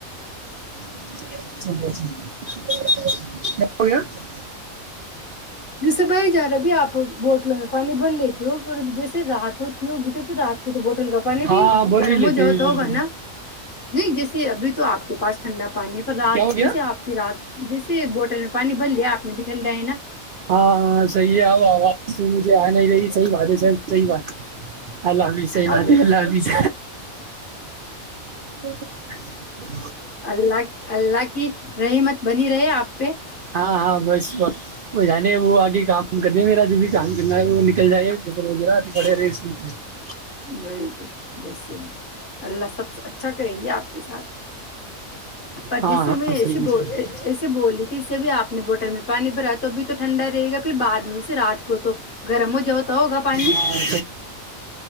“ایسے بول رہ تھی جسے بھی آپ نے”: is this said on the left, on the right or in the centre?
Left